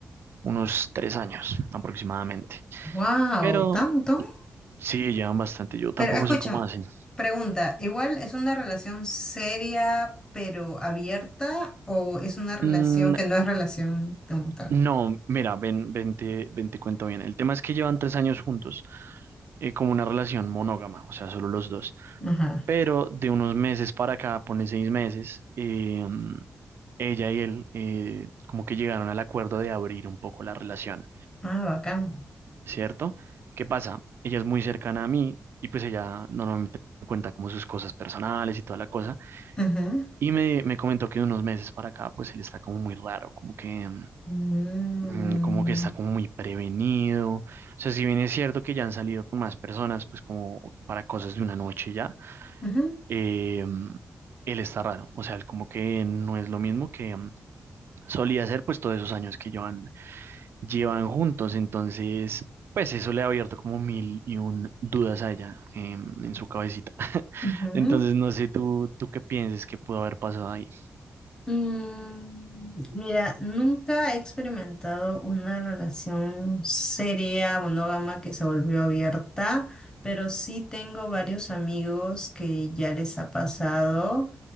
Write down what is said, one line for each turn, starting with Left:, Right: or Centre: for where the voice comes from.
Right: unos tres años aproximadamente.
Left: Wow,
Right: Pero
Left: ¿tanto?
Right: sí, llevan bastante, yo tampoco
Left: Pero escúchame,
Right: sé cómo hacen.
Left: pregunta, ¿igual es una relación seria pero abierta o es una relación
Right: Mm,
Left: que no es relación de un montón?
Right: no, mira, ven, ven, te, ven, te cuento bien. El tema es que llevan tres años juntos, eh, como una relación monógama, o sea, solo los dos.
Left: Ajá.
Right: Pero de unos meses para acá, pone seis meses, eh, ella y él eh, como que llegaron al acuerdo de abrir un poco la relación
Left: Ah, bacán.
Right: ¿cierto? ¿Qué pasa? Ella es muy cercana a mí y pues ella normalmente me cuenta como sus cosas personales y toda la cosa.
Left: Ujú.
Right: Y me, me comentó que de unos meses para acá pues él está como muy raro, como que,
Left: Mm,
Right: mm, como que está como muy prevenido. O sea, si bien es cierto que ya han salido con más personas pues como para cosas de una noche ya,
Left: ujú,
Right: eh, él está raro. O sea, él como que no es lo mismo que mm, solía hacer pues todos esos años que llevan llevan juntos, entonces, pues eso le ha abierto como mil y un dudas a ella em, en su cabecita. <laughs>
Left: ujú.
Right: Entonces, no sé tú, tú qué pienses que pudo haber pasado ahí.
Left: Mm, Mira, nunca he experimentado una relación seria, monógama, que se volvió abierta, pero sí tengo varios amigos que ya les ha pasado.